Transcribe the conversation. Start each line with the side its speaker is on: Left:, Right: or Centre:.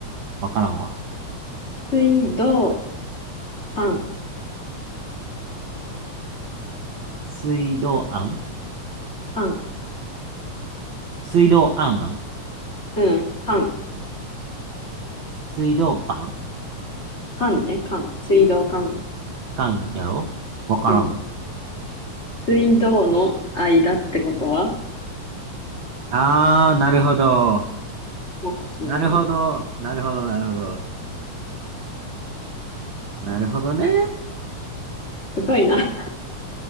Right: わからんわ。
Left: 水道管、
Right: 水道案
Left: 管、
Right: 水道案なん
Left: うん、管、
Right: 水道パン
Left: 管ね、管。水道管。
Right: 管やろわからん。
Left: うん。水道の間ってことは
Right: あー、なるほど。
Left: モッキー。
Right: なるほど。なるほど、なるほど。なるほどね。
Left: すごいな。<laughs>